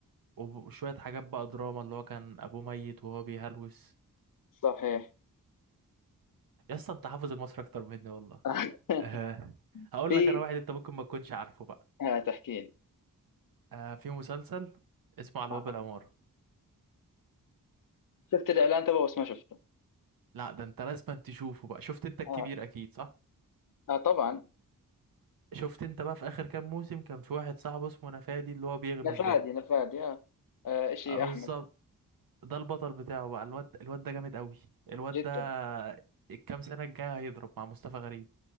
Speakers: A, on the right; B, on the left.
A: وب- وشوية حاجات بقى دراما اللي هو كان ابوه ميت وهو بيهلوس
B: صحيح
A: يا اسطى انت حافظ المصري اكتر مني والله
B: <laughs>
A: <laughs> آه هقول
B: في
A: لك انا واحد انت ممكن ما تكونش عارفه بقى
B: آه تحكي لي
A: آه في مسلسل اسمه على
B: آه.
A: باب العمارة
B: شفت الاعلان تبعه بس ما شفته
A: لا ده انت لازم تشوفه بقى شفت انت الكبير
B: آه.
A: اكيد صح
B: آه طبعا
A: شفت انت بقى في اخر كام موسم كان في واحد صاحبه اسمه نفادي اللي هو بيغمز
B: نفادي
A: ده
B: نفادي آه. آه شيء
A: اه بالظبط
B: احمد
A: ده البطل بتاعه بقى الواد الواد ده جامد قوي الواد
B: جدا
A: ده الكام سنة الجاية هيضرب مع مصطفى غريب